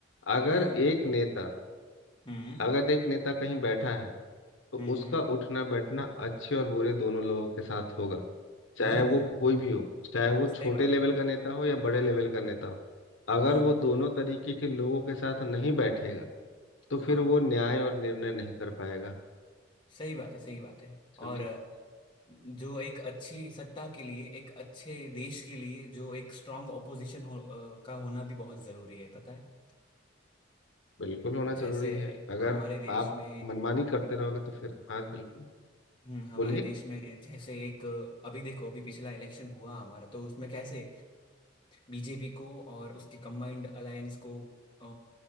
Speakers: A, on the left; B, on the left.
A: अगर
B: हम्म
A: एक नेता
B: हम्म
A: अगर एक नेता कहीं बैठा है तो
B: हम्म
A: उसका
B: हम्म
A: उठना बैठना अच्छे और बुरे दोनों लोगों के साथ होगा चाहे
B: हम्म
A: वो
B: हम्म,
A: कोई भी हो चाहे वो
B: सही
A: छोटे
B: बात
A: लेवल
B: है
A: का नेता हो या बड़े लेवल का नेता हो अगर
B: हम्म
A: वो
B: हम्म
A: दोनों तरीके के लोगों के साथ नहीं बैठेगा तो फिर
B: हाँ
A: वो न्याय और निर्णय नहीं कर पाएगा
B: सही बात है सही बात है
A: समझे
B: और अ, जो एक अच्छी सत्ता के लिए एक अच्छे देश के लिए जो एक स्ट्रांग ऑपोजिशन हो, अ, का होना भी बहुत जरूरी है पता है
A: बिल्कुल होना
B: जैसे
A: जरूरी है अगर
B: हमारे देश
A: आप
B: में
A: मनमानी करते रहोगे तो फिर हाँ बिल्कुल
B: हम्म हमारे
A: बोलिए
B: देश में जैसे एक अभी देखो अभी पिछला इलेक्शन हुआ हमारा तो उसमें कैसे बीजेपी को और उसके कंबाइंड अलायंस को अ,